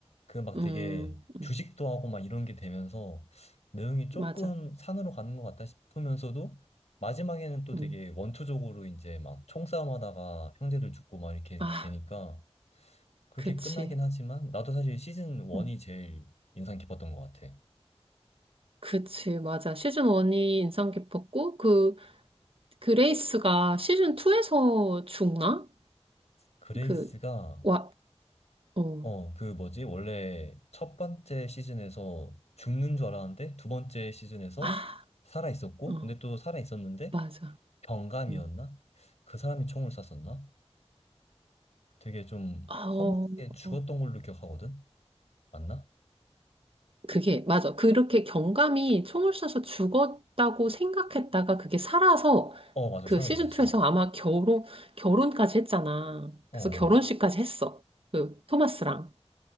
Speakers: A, on the left (about 75°); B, on the right (about 55°).
A: 그 막
B: 응,
A: 되게 주식도
B: 응,
A: 하고 막 이런 게 되면서 내용이 조금
B: 맞아.
A: 산으로 가는 것 같다 싶으면서도 마지막에는 또 되게
B: 응.
A: 원초적으로 이제 막 총싸움하다가 형제들 죽고 막 이렇게
B: 아,
A: 되니까 그렇게
B: 그치.
A: 끝나긴 하지만 나도 사실 시즌 1이
B: 음,
A: 제일 인상 깊었던 것 같아.
B: 그치, 맞아. 시즌 1이 인상 깊었고, 그, 그레이스가 시즌 2에서 죽나?
A: 그레이스가
B: 그, 와, 어,
A: 어, 그 뭐지? 원래 첫 번째 시즌에서 죽는 줄 알았는데 두 번째 시즌에서
B: 아,
A: 살아 있었고
B: 어,
A: 근데 또 살아 있었는데
B: 맞아.
A: 경감이었나?
B: 음.
A: 그 사람이 총을 쐈었나? 되게 좀
B: 아, 어,
A: 허무하게 죽었던
B: 어.
A: 걸로 기억하거든? 맞나?
B: 그게, 맞아. 그렇게 경감이 총을 쏴서 죽었다고 생각했다가 그게 살아서
A: 어, 맞아.
B: 그
A: 살아있었지.
B: 시즌 2에서 아마 결혼, 결혼까지 했잖아.
A: 어,
B: 그래서
A: 어.
B: 결혼식까지 했어. 그 토마스랑.